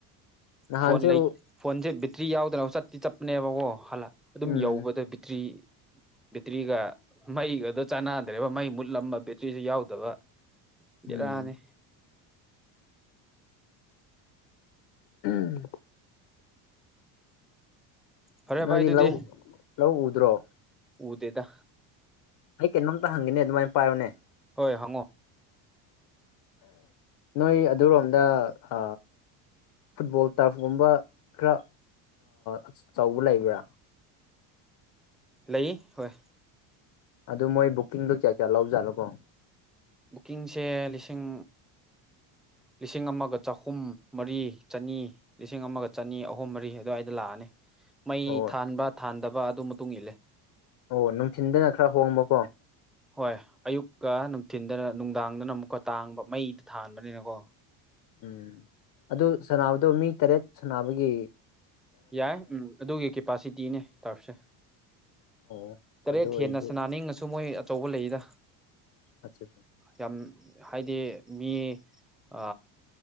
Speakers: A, on the left; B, in the centre.
A: ꯅꯍꯥꯟꯁꯨ
B: ꯐꯣꯟ ꯂꯩ ꯐꯣꯟꯁꯦ ꯕꯦꯇ꯭ꯔꯤ ꯌꯥꯎꯗꯅ ꯆꯠꯇꯤ ꯆꯠꯄꯅꯦꯕꯀꯣ ꯍꯜꯂꯛ ꯑꯗꯨꯝ
A: ꯎꯝ
B: ꯌꯧꯕꯗ ꯕꯦꯇ꯭ꯔꯤ ꯕꯦꯇ꯭ꯔꯤꯒ ꯃꯩꯒꯗꯣ ꯆꯥꯟꯅꯗꯦ ꯦꯕ ꯃꯩ ꯃꯨꯠꯂꯝꯕ ꯕꯦꯇ꯭ꯔꯤꯁꯨ ꯌꯥꯎꯗꯕ ꯕꯦꯔꯥꯅꯦ
A: ꯎꯝ ꯎꯝ
B: ꯐꯔꯦ
A: ꯅꯣꯏꯗꯤ
B: ꯚꯥꯏ ꯑꯗꯨꯗꯤ
A: ꯂꯧ ꯂꯧ ꯎꯗ꯭ꯔꯣ
B: ꯎꯗꯦꯗ
A: ꯑꯩ ꯀꯩꯅꯣꯝꯇ ꯍꯪꯒꯦꯅꯦ ꯑꯗꯨꯃꯥꯏ ꯄꯥꯏꯌꯣꯅꯦ
B: ꯍꯣꯏ ꯍꯪꯉꯣ
A: ꯅꯣꯏ ꯑꯗꯨꯔꯣꯝꯗ ꯑ ꯐꯨꯠꯕꯣꯜ ꯇꯔꯐꯀꯨꯝꯕ ꯈꯔ ꯑꯆꯧꯕ ꯂꯩꯕ꯭ꯔꯥ
B: ꯂꯩ ꯍꯣꯏ
A: ꯑꯗꯨ ꯃꯣꯏ ꯕꯨꯛꯀꯤꯡꯗꯣ ꯀꯌꯥ ꯀꯌꯥ ꯂꯧꯖꯥꯠꯅꯣꯀꯣ
B: ꯕꯨꯛꯀꯤꯡꯁꯦ ꯂꯤꯁꯤꯡ ꯂꯤꯁꯤꯡ ꯑꯃꯒ ꯆꯍꯨꯝ ꯃꯔꯤ ꯆꯅꯤ ꯂꯤꯁꯤꯡ ꯑꯃꯒ ꯆꯅꯤ ꯑꯍꯨꯝ ꯃꯔꯤ ꯑꯗꯨꯋꯥꯏꯗ ꯂꯥꯛꯑꯅꯤ ꯃꯩ
A: ꯑꯣ
B: ꯊꯥꯟꯕ ꯊꯥꯟꯗꯕ ꯑꯗꯨ ꯃꯇꯨꯡ ꯏꯜꯂꯦ
A: ꯑꯣ ꯅꯨꯡꯊꯤꯟꯗꯅ ꯈꯔ ꯍꯣꯡꯕꯀꯣ
B: ꯍꯣꯏ ꯑꯌꯨꯛꯀ ꯅꯨꯡꯊꯤꯟꯗꯅ ꯅꯨꯡꯗꯥꯡꯗꯅ ꯑꯃꯨꯛꯀ ꯇꯥꯡꯕ ꯃꯩꯗ ꯊꯥꯟꯕꯅꯤꯅꯀꯣ
A: ꯎꯝ ꯑꯗꯨ ꯁꯥꯟꯅꯕꯗꯣ ꯃꯤ ꯇꯔꯦꯠ ꯁꯥꯅꯕꯒꯤ
B: ꯌꯥꯏ ꯎꯝ ꯑꯗꯨꯒꯤ ꯀꯦꯄꯥꯁꯤꯇꯤꯅꯦ ꯇꯔꯞꯁꯦ
A: ꯑꯣ
B: ꯇꯔꯦꯠ
A: ꯑꯗꯨ ꯑꯣꯏꯔꯗꯤ
B: ꯍꯦꯟꯅ ꯁꯅꯥꯅꯤꯡꯉꯁꯨ ꯃꯣꯏ ꯑꯆꯧꯕ ꯂꯩꯗ
A: ꯑꯆꯥꯆꯥ
B: ꯌꯥꯝ ꯍꯥꯏꯗꯤ ꯃꯤ ꯑ